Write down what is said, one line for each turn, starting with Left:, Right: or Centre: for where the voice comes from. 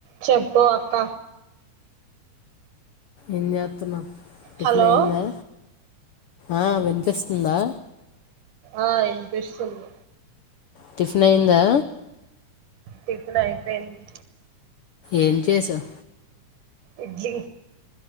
Right: చెప్పు అక్క
Left: ఏం చేస్తున్నా టిఫిన్
Right: హలో
Left: అయిందా ఆ వినిపిస్తుందా
Right: ఆ వినిపిస్తోంది
Left: టిఫిన్ అయ్యిందా
Right: టిఫిన్ అయిపోయింది
Left: ఏం చేసావు
Right: ఇడ్లీ